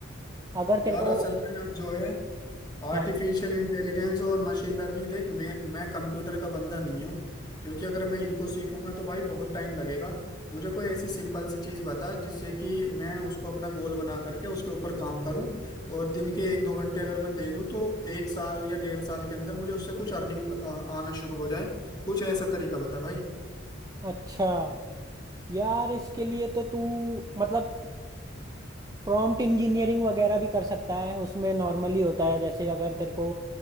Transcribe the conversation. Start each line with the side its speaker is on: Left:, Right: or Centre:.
Right: अगर
Left: यार
Right: तेरे को
Left: असल में अब जो है आर्टिफिशियल
Right: हाँ
Left: इंटेलिजेंस और मशीन लर्निंग देख मैं मैं कंप्यूटर का बंदा नहीं हूँ क्योंकि अगर मैं इनको सीखूंगा तो भाई बहुत टाइम लगेगा मुझे कोई ऐसी सिंपल सी चीज़ बता जिससे कि मैं उसको अपना गोल बना करके उसके ऊपर काम करूँ और दिन के एक दो घंटे अगर मैं दे दूँ तो एक साल या डेढ़ साल के अंदर मुझे उससे कुछ अर्निंग आना शुरू हो जाए कुछ ऐसा तरीका बता भाई
Right: अच्छा यार इसके लिए तो तू मतलब प्रॉम्प्ट इंजीनियरिंग वगैरह भी कर सकता है उसमें नॉर्मली होता है जैसे अगर तेरे को